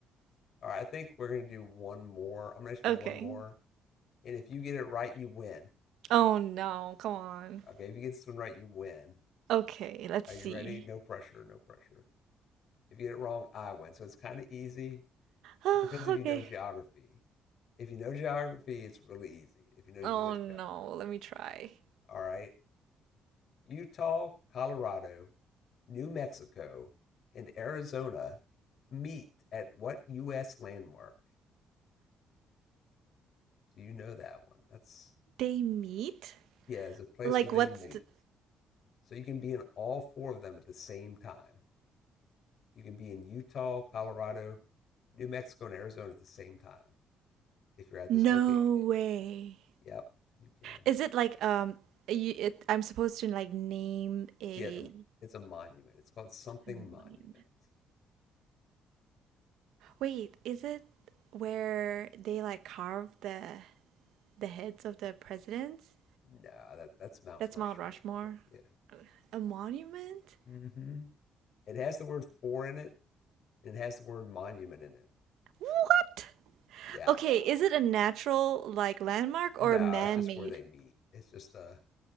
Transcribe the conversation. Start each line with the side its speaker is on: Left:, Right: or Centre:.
Left: All right. I think we're gonna do one more. I'm gonna ask you
Right: Okay.
Left: one more, and if you get it right, you win.
Right: Oh no, come on.
Left: Okay. If you get this one right, you win.
Right: Okay, let's
Left: Are
Right: see.
Left: you ready? No pressure. No pressure. If you get it wrong, I win. So it's kind of easy.
Right: Oh,
Left: It depends if
Right: okay.
Left: you know geography. If you know geography, it's really easy. If you know U.S.
Right: Oh no,
Left: geography,
Right: let me try.
Left: all right. Utah, Colorado, New Mexico, and Arizona meet at what U.S. landmark? Do you know that one? That's,
Right: They meet?
Left: yeah, it's a place
Right: Like
Left: where they
Right: what's
Left: meet.
Right: the
Left: So you can be in all four of them at the same time. You can be in Utah, Colorado, New Mexico, and Arizona at the same time if you're at
Right: No
Left: this location.
Right: way.
Left: Yep, you can.
Right: Is it like um you it, I'm supposed to like name a
Left: Yeah, the, it's a monument. It's called something
Right: a monument.
Left: monument.
Right: Wait, is it where they like carve the the heads of the presidents?
Left: Nah, that that's Mount
Right: That's
Left: Rushmore.
Right: Mount Rushmore.
Left: That's yeah.
Right: A monument?
Left: Mm-hmm. It has the word "for" in it, and it has the word "monument" in it.
Right: What?
Left: Yeah,
Right: Okay, is it a natural like landmark
Left: no,
Right: or a man-made?
Left: it's just where they meet. It's just uh,